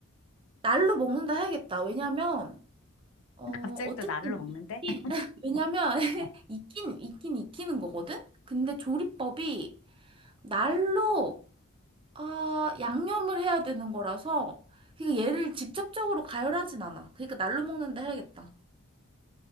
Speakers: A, on the right; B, on the left.
A: 날로 먹는다 해야겠다. 왜냐면, 어,
B: <laughs> 갑자기
A: 어쨌든,
B: 또 날로 먹는데?
A: 이-
B: <laughs>
A: 왜냐면, <laughs>
B: 어.
A: 익긴, 익긴 익히는 거거든? 근데 조리법이 날로, 아, 양념을 해야 되는 거라서, 그러니까 얘를 직접적으로 가열하진 않아. 그러니까 날로 먹는다 해야겠다.